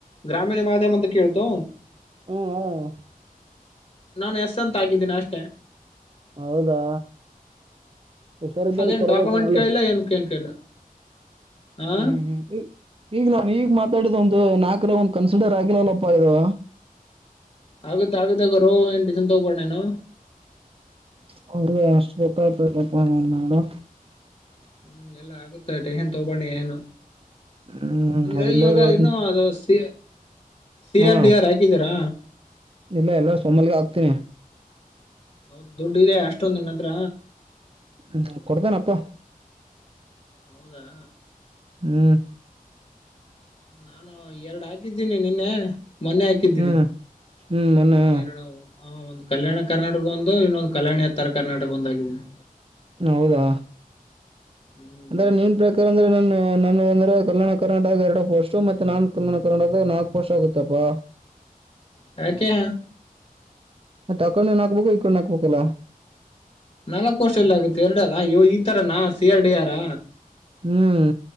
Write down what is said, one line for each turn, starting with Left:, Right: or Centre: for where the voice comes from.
Left: ಗ್ರಾಮೀಣ ಮಾಧ್ಯಮ ಅಂತ ಕೇಳ್ತು.
Right: ಹ್ಮ್ ಹ್ಮ್.
Left: ನಾನು ಎಸ್ ಅಂತ ಹಾಕಿದ್ದೀನಿ ಅಷ್ಟೆ.
Right: ಹೌದಾ. ಹುಷಾರಿದ್ದಾರ
Left: ಅದೇನ್
Right: ಕೊಡ್ಬೇಕಣ
Left: ಡಾಕ್ಯುಮೆಂಟ್
Right: ಅಲ್ಲ
Left: ಕೇಳಿಲ್ಲ ಏನ್ ಏನ್ ಕೇಳಿಲ್ಲ ಹ
Right: ಹ್ಮ್ ಹ್ಮ್ ಹ್ಮ್. ಈಗ ನಾ ಈಗ್ ಮಾತಾಡಿದ ಒಂದು ನಾಲ್ಕರಾಗ ಒಂದ್ ಕನ್ಸಿಡರ್ ಆಗಿಲ್ಲಲ್ಲಪ್ಪ ಇದು.
Left: ಆಗುತ್ತೆ ಆಗುತ್ತೆ ಗುರು ಎನ್ ಟೆನ್ಷನ್ ತೊಂಗೋಬೇಡ ನೀನ್.
Right: <unintelligible>
Left: ಹ್ಮ್ ಎಲ್ಲಾ ಆಗುತ್ತೆ ಟೆನ್ಷನ್ ತಗೋಬೇಡ ನೀ ಏನು.
Right: ಹ್ಮ್
Left: ಅಂದ್ರೆ
Right: ಅದಿಂದ
Left: ಇವಾಗ
Right: ಹೇಳ್ತನಿ
Left: ಇನ್ನು ಅದು ಸಿ ಸಿ
Right: ಹಾ
Left: ಆರ್ ಡಿ ಆರ್ ಹಾಕಿದ್ದೀರಾ.
Right: ಇಲ್ಲ ಎಲ್ಲ ಸೋಮಲ್ಗ ಆಗ್ತೀನಿ.
Left: ಹೌದ್ ದುಡ್ಡ ಇದೆ ಅಷ್ಟೊಂದ ನಿನ್ನ ಹತ್ರ.
Right: ಹ್ಮ್ ಕೊಡ್ತನಪ್ಪ.
Left: ಹೌದಾ.
Right: ಹ್ಮ್.
Left: ನಾನು ಎರಡು ಹಾಕಿದ್ದೀನಿ ನಿನ್ನೆ ಮೊನ್ನೆ ಹಾಕಿದ್ದೀನಿ
Right: ಹ್ಮ್ ಹ್ಮ್ ಮೊನ್ನೆ
Left: ಹ ಎರಡು ಹಾ ಒಂದು ಕಲ್ಯಾಣ ಕರ್ನಾಟಕ ಒಂದು ಇನ್ನೊಂದು ಕಲ್ಯಾಣ ಯತ್ತರ ಕರ್ನಾಟಕ ಒಂದಾಗಿದ್ದೇನೆ.
Right: ಹೌದಾ
Left: ಹ್ಮ್
Right: ಅಂದ್ರೆ ನೀನ್ ಪ್ರಕಾರ. ಯ ಅಂದ್ರೆ ನಾನು ನನ್ನ ಅಂದ್ರೆ ಕಲ್ಯಾಣ ಕರ್ನಾಟಕ ಎರಡು ಪೋಸ್ಟ್ ಮತ್ತೆ ನಾನ್ ಕಲ್ಯಾಣ ಕರ್ನಾಟದ ನಾಲ್ಕ್ ಪೋಸ್ಟ್ ಆಗುತ್ತಪ್ಪಾ.
Left: ಯಾಕೆ.
Right: ಮತ್ತ ಅ ಕಣನ ಹಾಕ್ಬೇಕು ಈ ಕಣ್ಣ ಹಾಕ್ಬೇಕಲ್ಲ.
Left: ನಾಲ್ಕ್ ಪೋಸ್ಟ್ ಎಲ್ಲ ಆಗುತ್ತೆ ಎರಡ ಅದ ಇ ಈ ತರನಾ ಸಿ ಆರ್ ಡಿ ಆರ್.
Right: ಹ್ಮ್.